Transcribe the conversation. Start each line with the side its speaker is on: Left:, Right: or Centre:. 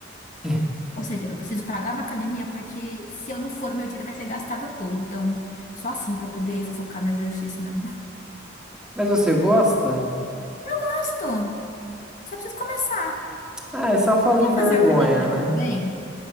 Centre: <laughs>
Left: Ou seja, eu preciso pagar uma academia porque se eu não for, meu dinheiro vai ser gastado à toa. Então, só assim para eu poder focar no exercício mesmo.
Centre: Mas você gosta?
Left: Gosto, só preciso começar.
Centre: Ah, é só fazer
Left: Eu queria
Centre: vergonha,
Left: fazer academia
Centre: né?
Left: também